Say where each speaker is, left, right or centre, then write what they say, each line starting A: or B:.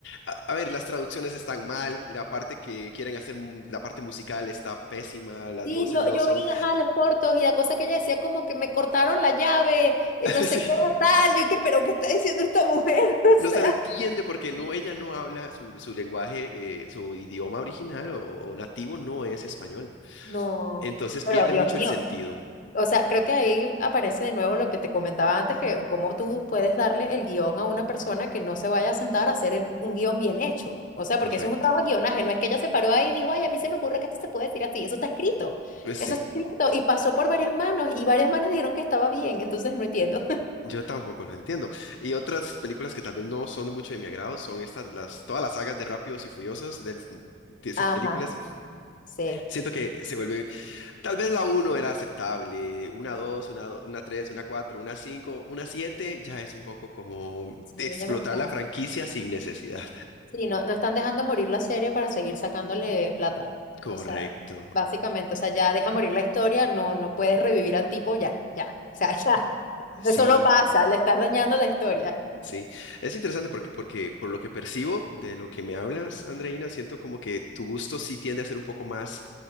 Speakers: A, on the left; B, on the left.
A: a, a ver, las traducciones están mal, la parte que quieren hacer, mu- la parte musical está pésima, las
B: Sí,
A: voces
B: yo,
A: no
B: yo
A: son,
B: vi, ajá, los cortos y la cosa que ella decía como que me cortaron la llave, eh,
A: <laughs>
B: no sé
A: sí,
B: qué tal, yo que, pero ¿qué está diciendo esta mujer? <laughs> O
A: no
B: sea,
A: se le entiende porque no, ella no habla su, su lenguaje, eh, su idioma original o o nativo no es español.
B: no,
A: Entonces
B: pero
A: pierde
B: Dios
A: mucho
B: mío.
A: el sentido.
B: O sea, creo que ahí aparece de nuevo lo que te comentaba antes, que cómo tú puedes darle el guión a una persona que no se vaya a sentar a hacer el- un guión bien hecho. O sea, porque
A: Correcto.
B: eso es un trabajo de guionaje, no es que ella se paró ahí y dijo, ay, a mí se me ocurre que esto se puede decir así, eso está escrito,
A: Sí,
B: eso está escrito y pasó por varias manos y varias manos dijeron que estaba bien, entonces no entiendo.
A: yo tampoco lo entiendo. Y otras películas que tal vez no son mucho de mi agrado son estas, las, todas las sagas de Rápidos y Furiosos del- de esas
B: <laughs> Ajá,
A: películas.
B: sí.
A: Siento que se vuelven, tal vez la uno era aceptable, una 2, una, do- una 3, una 4, una 5, una 7 ya es un poco como de
B: Sí,
A: explotar
B: es demasiado.
A: la franquicia sin necesidad.
B: Sí, no, no están dejando morir la serie para seguir sacándole plata.
A: Correcto.
B: O sea, básicamente, o sea, ya deja morir la historia, no, no puedes revivir al tipo, ya, ya. O sea, <laughs> ya.
A: Sí.
B: Eso no pasa, le estás dañando la historia.
A: Sí, es interesante porque, porque por lo que percibo de lo que me hablas, Andreina, siento como que tu gusto sí tiende a ser un poco más,